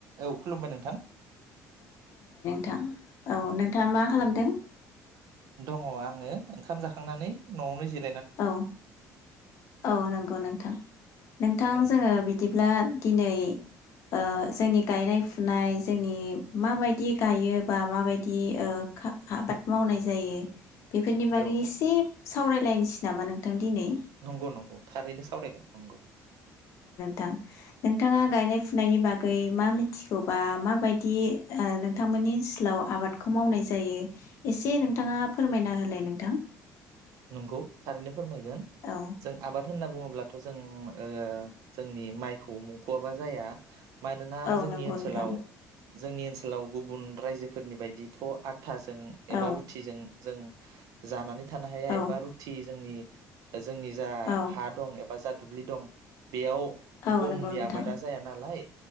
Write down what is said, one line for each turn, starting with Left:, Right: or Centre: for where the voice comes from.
Right: औ खुलुमबाय नोंथां <inaudible>
Left: थां औ नोंथाङा मा खालामदों?
Right: दङ आङो ओंखाम जाखांनानै नआवनो जिर
Left: औ औ
Right: उम
Left: नंगौ नोंथां नोंथां
Right: औ
Left: जोङो बिदिब्ला दिनै ओ जोंनि गायनाय फुनाय जोंनि माबायदि गायो बा माबायदि ओ खा आबाद मावनाय जायो बेफोरनि बागै
Right: औ
Left: एसे सावरायलाय नामा नोंथां दिनै
Right: नंगौ नंगौ थारैनो सावरायगोन नंगौ।
Left: थां नोंथाङा गायनाय फुनायनि बागै मा मिथिगौबा माबायदि ओ नोंथांमोननि ओनसोलाव आबादखौ मावनाय जायो एसे नोंथाङा फोरमायना होलाय नोंथां।
Right: नंगौ थारैनो फोरमायगोन
Left: औ
Right: जों आबाद होनना बुङोब्लाथ जों ओ जोंनि माइखौ मुंखआबा जाया मानोना
Left: औ
Right: जोंनि
Left: नंगौ
Right: ओनसोलाव
Left: नोंथां
Right: जोंनि ओनसोलाव गुबुन रायजोफोरनि बायदिथ थाजों
Left: औ
Right: एबा रुथिजों जों जानानै थानो
Left: औ
Right: बा रुटि जोंनि जोंनि जा
Left: औ
Right: हा दं बा जा दुब्लि दं बेयाव
Left: औ
Right: गमनि
Left: नंगौ नोंथां
Right: आबादा जाया नालाय